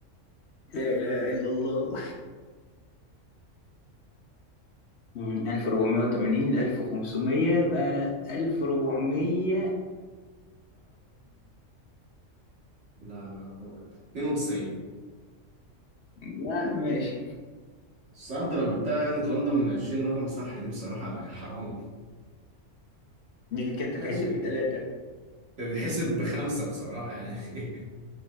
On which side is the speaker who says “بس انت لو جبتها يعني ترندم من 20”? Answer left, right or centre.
Right